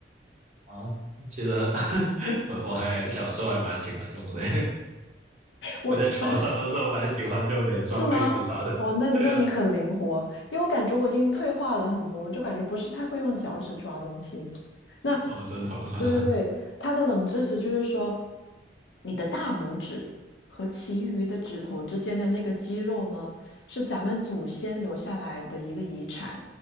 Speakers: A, on the right; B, on the left.
A: 啊，觉得 <laughs> 我我还小时候还蛮喜欢用的，<laughs>
B: 我反
A: 我在床上的时候蛮喜欢用的，抓被子啥的。
B: 是吗？哦，那那你很灵活，
A: 对啊，
B: 因为我感觉我已经退化了很多，就感觉不是太会用脚趾抓东西。那，
A: 哦，真的吗？<laughs>
B: 对对对，它的冷知识就是说，你的大拇指和其余的指头之间的那个肌肉呢，是咱们祖先留下来的一个遗产，